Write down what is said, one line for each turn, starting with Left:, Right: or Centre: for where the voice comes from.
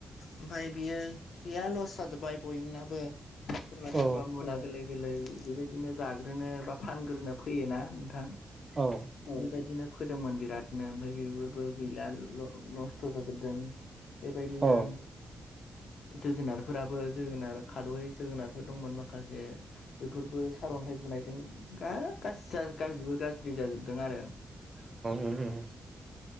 Left: ओमफ्राय बियो गैया लस जाजोब्बाय बयनाबो। सोरबा
Right: औ
Left: सोरबा मुला गोरलै गोरलै बेबायदिनो जाग्रोनो बा फानग्रोनो फैयोना नोंथां।
Right: औ।
Left: बेबायदिनो फोदोंमोन बिराद। ओमफ्राय बेफोरबो गैला नस्थ' जाजोबदों बेबायदिनो।
Right: अ
Left: जोगोनारफोराबो जोगोनार खार'यै जोगोनार दंमोन माखासे बेफोरबो सारअन्थाइ बुनायजों गा गासैबो खाथ्सि जाजोबदों आरो बिदिनो
Right: उम उम